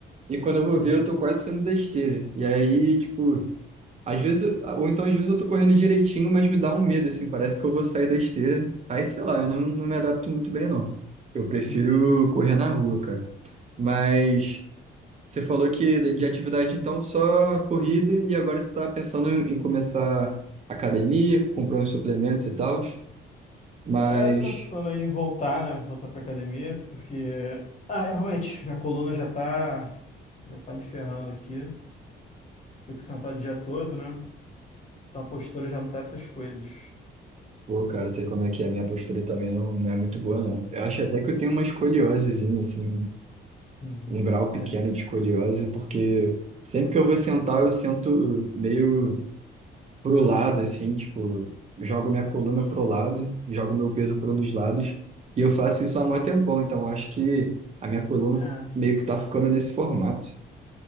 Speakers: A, on the right; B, on the left.
A: e quando eu vou
B: Uhum,
A: ver, eu tô quase saindo da esteira. E aí, tipo, às vezes, ou então às vezes eu tô correndo direitinho, mas me dá um medo, assim, parece que eu vou sair da esteira. Aí, sei lá, eu não, não me adapto muito bem, não. Eu prefiro
B: uhum.
A: correr na rua, cara. Mas você falou que de atividade, então, só corrida e agora você tá pensando em começar academia, comprar uns suplementos e tal. Mas,
B: É, tô pensando aí em voltar, né? Voltar pra academia, porque. Ah, é, realmente, minha coluna já tá. Já tá me ferrando aqui. Fico sentado o dia todo, né? Então a postura já não tá essas coisas.
A: pô, cara, sei como é que é, minha postura também não, não é muito boa, não. Eu acho até que eu tenho uma escoliosezinha, assim,
B: Uhum.
A: um grau pequeno
B: É,
A: de escoliose, porque sempre que eu vou sentar, eu sento meio pro lado, assim, tipo, jogo minha coluna pro lado, jogo meu peso para um dos lados, e eu faço isso há mó tempão, então eu acho que a minha coluna
B: é.
A: meio que tá ficando nesse formato.